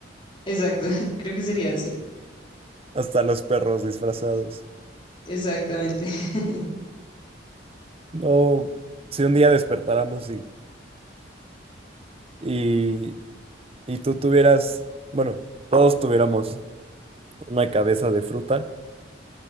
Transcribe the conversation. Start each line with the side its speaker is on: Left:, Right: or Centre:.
Left: Exacto, <laughs> creo que sería así.
Right: hasta los perros disfrazados.
Left: Exactamente. <laughs>
Right: No, si un día despertáramos y, y, y tú tuvieras, bueno, todos tuviéramos una cabeza de fruta,